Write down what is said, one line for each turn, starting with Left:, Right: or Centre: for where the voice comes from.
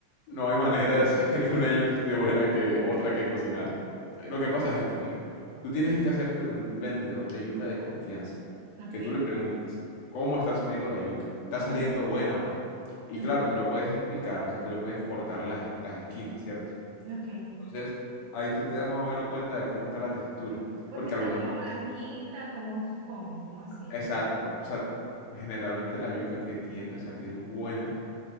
Left: no hay manera de saber <laughs> que una yuca esté buena que otra que cocinarla. Eh, Lo que pasa es esto, mira. Tú tienes que hacerte de un vendedor de yuca de confianza.
Right: Ok,
Left: Que tú le preguntes, ¿cómo está saliendo la yuca? ¿Está
Right: ujú,
Left: saliendo buena o no? Y
Right: ok,
Left: claro, tú la puedes explicar, o sea, tú le puedes cortar las, es- las esquinas, ¿cierto?
Right: ok,
Left: Entonces, ahí tú te das más o menos cuenta de cómo está la textura.
Right: porque
Left: Porque
Right: está
Left: algunas
Right: como
Left: veces...
Right: blanquita,
Left: se-
Right: como, como, como así.
Left: Exacto. O sea, generalmente la yuca que tiende a salir buena